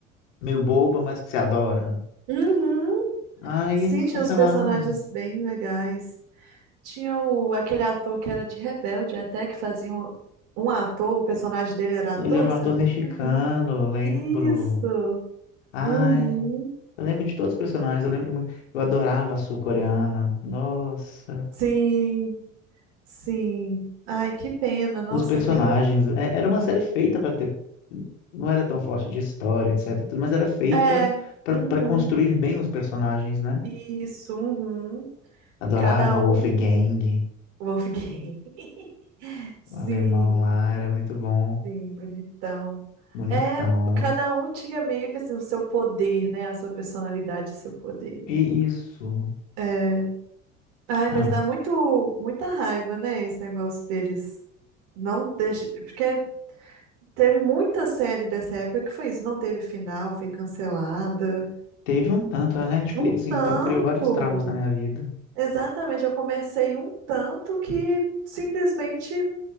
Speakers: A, on the left; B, on the right.
A: meio boba, mas que se adora.
B: Uhum.
A: Aí
B: Sim,
A: eles
B: tinha
A: cancelaram.
B: os personagens bem legais. Tinha o, aquele ator que era de Rebelde, até que fazia um, um ator, o personagem dele era ator,
A: Ele era um
B: você-
A: ator mexicano,
B: como é que é?
A: eu lembro.
B: Isso!
A: Ai,
B: Uhum.
A: eu lembro de todos os personagens, eu lembro muito. Eu adorava a sul-coreana. Nossa,
B: Sim, sim. Ai, que pena. Nossa,
A: os personagens.
B: eu tenho.
A: É- Era uma série feita para ter. Não era tão forte de história, etc. tudo, Mas era feita
B: um, É,
A: para
B: uhum.
A: construir bem os personagens, né?
B: Isso, uhum.
A: Adorava
B: Cada um.
A: o Wolfgang,
B: Wolfgang. <laughs> Sim,
A: o alemão lá, era muito bom,
B: sim, bonitão.
A: bonitão.
B: É, cada um tinha meio que assim, o seu poder, né? A sua personalidade, o seu poder.
A: E isso.
B: É. Ai,
A: Ah,
B: mas dá muito, muita raiva, né, esse negócio deles não deixa, porque teve muita série dessa época que foi isso, não teve final, foi cancelada.
A: teve um tanto, a Netflix
B: Um
A: então
B: tanto.
A: criou vários traumas na minha vida.
B: Exatamente, eu comecei um tanto que simplesmente